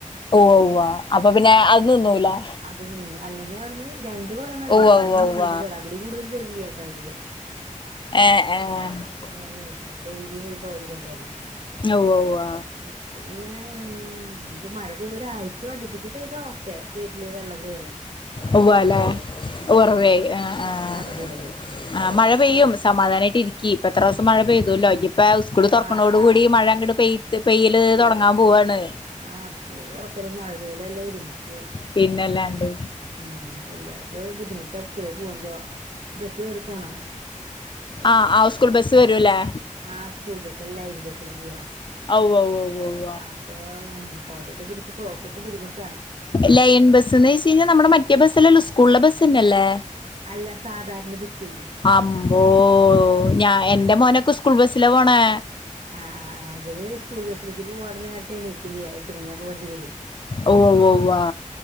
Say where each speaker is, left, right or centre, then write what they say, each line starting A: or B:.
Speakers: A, on the left; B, on the right.
A: ഉവ്വു ഉവ്വാ അപ്പൊ പിന്നെ അത് നിന്നൂലെ
B: അത് നിന്നു അല്ലെങ്കി അവിടുന്ന് രണ്ട് കുടം വെള്ളം
A: ഉവ്വ
B: അല്ലെങ്കി
A: ഉവ്വ ഉവ്വ
B: മൂന്ന് കുടം അതില് കൂടുതൽ തരിലട്ടോ അവര്
A: ഏഹ് ഏഹ്
B: ആഹ് അങ്ങനെയിരുന്നു ഡെയിലി പോയി കോരി കൊണ്ടുവരണം
A: ഉവ്വ ഉവ്വ
B: ഇപ്പ പിന്നെ ഇഞ്ഞിപ്പോ മഴ പെയ്ത ഒരാഴ്ച അടിപ്പിച്ച് പെയ്തോഒ ത്തെ കീറ്റില് വെള്ളം കേറും
A: ഉവ്വാല്ലേ
B: ഒറവയാവും ഉം
A: ഉറവായി ആഹ്
B: ഒറവയായി ഇപ്പോ
A: ആഹ് മഴ പെയ്യും സമാധാനമായിട്ട് ഇരിക് ക്കീപെത്രെസം മഴ
B: ഉം
A: പെയ്തുല്ലോ നിപ്പ സ്കൂള്
B: ആഹ്
A: തുറക്കണോട്കൂ ടി മഴ അങ്കട് പെയ് പെയ്യല്
B: പെയ്ത്
A: തുടങ്ങാ പോവാണ്.
B: ആഹ് സ്കൂള് തൊറക്കലും മഴ പെയ്യലും എല്ലാം ഒരുമിച്ച്
A: പിന്നല്ലാണ്ട്
B: ഉം പിള്ളേർക്ക് ബുദ്ധിമുട്ടാ സ്കൂളിൽ പോകുമ്പോ ബസ് കേറി പോണം
A: ആഹ് ആഹ് സ്കൂൾ ബസ്സ് വരൂല്ലേ
B: ആഹ് സ്കൂൾ ബസ്സല്ല ലൈൻ ബസ്സില് പോവാ
A: അവ്വവ്വ വ്വോ
B: ആഹ് അപ്പൊ കൊടയൊക്കെ പിടിച്ച് പോക്കൊക്കെ ബുദ്ധിമുട്ടാ
A: ലൈൻ ബസ് എന്ന് വെച്ചഴിഞ്ഞാ നമ്മുടെ മറ്റേ ബസ്സല്ലല്ലോ സ്കൂൾലെ ബസ്സന്നല്ലേ
B: അല്ല സാധാരണ ബസ്സില്
A: അമ്പോ ഞാ
B: അങ്ങനെ
A: എന്റെ മോനൊക്കെ സ്കൂൾ ബസ്സിലാ പോണെ
B: ആഹ് ആഹ് ആഹ് ഇവര് സ്കൂൾ ബസ്സിലേക്ക് പോവാണ്ട് നേരത്തെ എണീക്കില്ല്യ എട്ട് മണിയാകുമ്പൊ വണ്ടി വരും
A: ഉവ്വ് ഉവ്വ് ഉവ്വാ